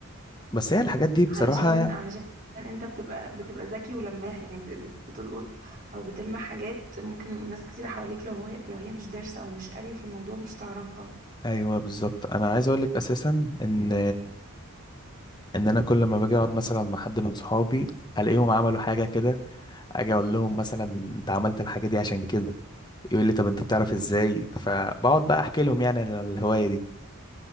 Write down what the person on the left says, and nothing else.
بس هي الحاجات دي بصراحة
أيوة بالظبط أنا عايز أقولك أساسا إن إن أنا كل ما باجي أقعد مثلا مع حد من صحابي ألاقيهم عملوا حاجة كده أجي أقول لهم مثلا أنت عملت الحاجة دي عشان كده يقول لي طب أنت بتعرف
إزاي فبقعد بقى أحكي لهم يعني عن الهواية دي